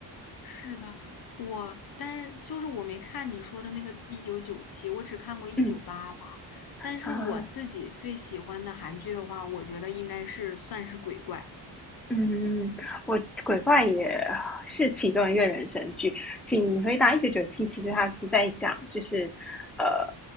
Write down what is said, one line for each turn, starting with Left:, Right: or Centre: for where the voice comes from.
Left: 是的，我，但是就是我没看你说的那个一九九七，我只看过一九八八。
Centre: 嗯，
Left: 但是我自己最喜欢的韩剧的话，
Centre: 啊，
Left: 我觉得应该是算是鬼怪。
Centre: 嗯，嗯嗯嗯我鬼怪也是其中一个人生剧，请回答一九九七。其实他是在讲，就是，呃，